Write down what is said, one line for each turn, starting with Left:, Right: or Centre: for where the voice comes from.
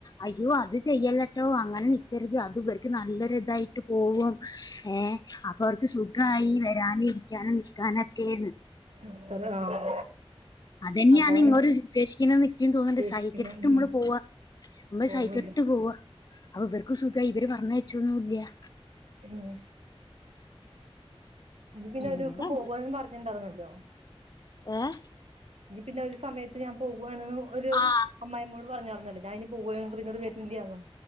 Left: അയ്യോ അത് ചെയ്യല്ലട്ടോ അങ്ങനെ നി ക്കര്ത് അത് വര്ക്ക് നല്ലൊരു തായിട്ട് പോവും ഏ അപ്പൊ അവർക്ക് സുഖായി വെരാന് ക്യാനും ന്നിക്കാനൊക്കേന്ന്
Right: ഇത്തര ആഹ്
Left: അതെന്ന്യാണ്
Right: അതാണ്
Left: ഇങ്ങേര് രു ദ്ദേേഷിക്ക്ണെന്ന് ഇക്കും തോന്ന്ണ്ട്
Right: ഉദ്ദേശിക്കുന്നു
Left: സഹിക്കെട്ട്
Right: ഉം
Left: മ്മള് പോവാ മ്മള്
Right: പോവല്ലേ
Left: സഹിക്കെട്ട് പോവാ അപ്പ ഇബർക്കും സുഖായി ഇബര് പറഞ്ഞയ്ച്ചൂന്നും ല്യാ
Right: ആഹ് ഇജ് പിന്നെ
Left: എന്താ
Right: ഒരൂക്ക് പോവാന്നും പർഞ്ഞിണ്ടാര്ന്നല്ലോ
Left: ഏഹ്
Right: ഇജ് പിന്നെ ഒരു സമയത്ത് ഞാ പോവ്ആണ്ന്ന് ഒരു
Left: ആ
Right: അമ്മായിമ്മോട് പർഞ്ഞാര്ന്നല്ലോ ഞാന് ഇനി പോവ്ആഞാൻങട്ട് പിന്നേട് വെർ ന്നില്ല്യാന്ന്